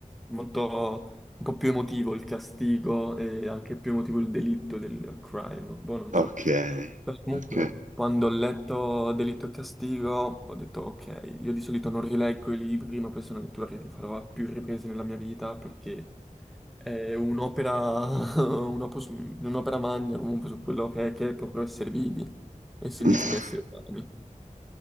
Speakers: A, in the centre; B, on the right.
A: molto, un po' più emotivo il castigo e anche più emotivo il delitto del crime. Boh, non
B: ok,
A: so. Beh, Comunque,
B: ok.
A: quando ho letto Delitto e Castigo, ho detto ok, io di solito non rileggo i libri, ma questa è una lettura che rifarò a più riprese nella mia vita perché è un'opera, <laughs> un opus- un'opera magna comunque su quello che è, che è proprio essere vivi e significa
B: <laughs>
A: essere umani.